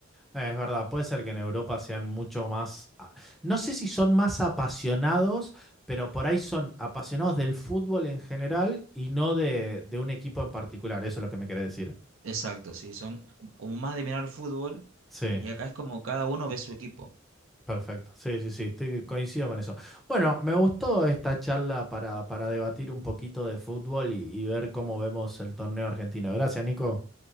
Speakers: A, in the centre; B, on the right (about 70°).
A: Eh, Es verdad, puede ser que en Europa sean mucho más, a- no sé si son más apasionados, pero por ahí son apasionados del fútbol en general y no de, de un equipo en particular, eso es lo que me querés decir.
B: Exacto, sí. Son como más de mirar el fútbol
A: Sí,
B: y acá es como cada uno ve su equipo.
A: perfecto. Sí, sí, sí, estoy, coincido con eso. Bueno, me gustó esta charla para, para debatir un poquito de fútbol y, y ver cómo vemos el torneo argentino. Gracias, Nico.